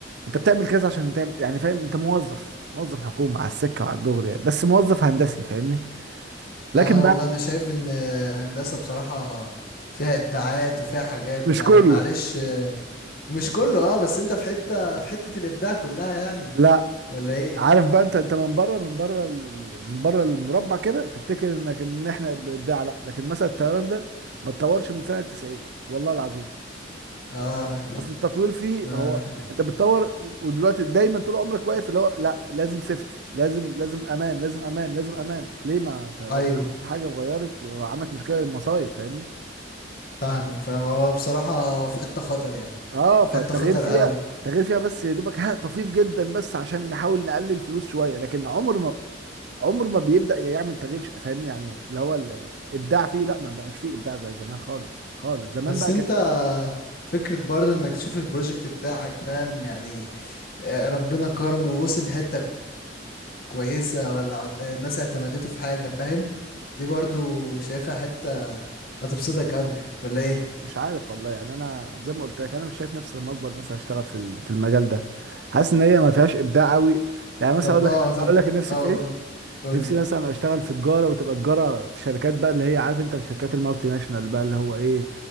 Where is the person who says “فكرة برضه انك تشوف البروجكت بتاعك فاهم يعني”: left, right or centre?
Left